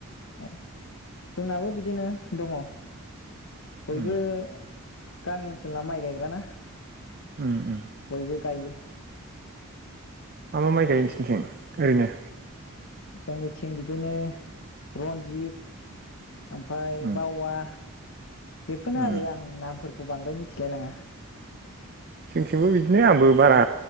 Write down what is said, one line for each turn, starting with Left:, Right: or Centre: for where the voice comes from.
Left: अ जोंनाबो बि बिदिनो दङ बयबो
Right: उम
Left: गामि ओनसोनना माय गायग्राना।
Right: उम उम
Left: बयबो गायो। <inaudible>
Right: मा मा माइ गायो नोंसोरनिथिं ओरैनो?
Left: जोंनिथिं बिदिनो रनजित ओमफाय
Right: उम
Left: बावा बेफोरनो
Right: उम
Left: आरो आं नामफोर खौ बांद्राय मिथिलाय लाङा।
Right: जोंथिंबो बिदिनो आंबो बारा